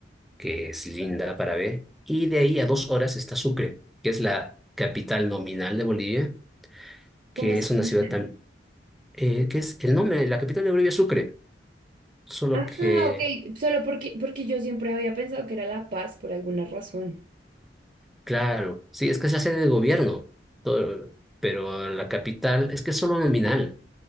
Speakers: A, in the centre; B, on the right.
A: que es linda para ver, y de ahí a dos horas está Sucre, que es la capital nominal de Bolivia,
B: ¿Cómo
A: que
B: así?
A: es una
B: manejar?
A: ciudad tan, eh, que es el nombre de la capital de Bolivia, es Sucre, solo
B: Ah,
A: que,
B: ok, solo porque, porque yo siempre había pensado que era La Paz por alguna razón.
A: claro, sí, es que es la sede de gobierno, todo- pero la capital es que es solo nominal,